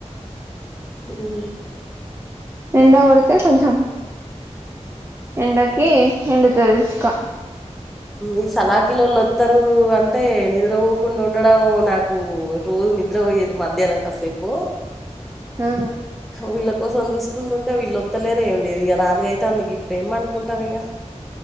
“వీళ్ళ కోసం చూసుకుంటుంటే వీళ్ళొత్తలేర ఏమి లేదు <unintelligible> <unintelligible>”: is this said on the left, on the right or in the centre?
Centre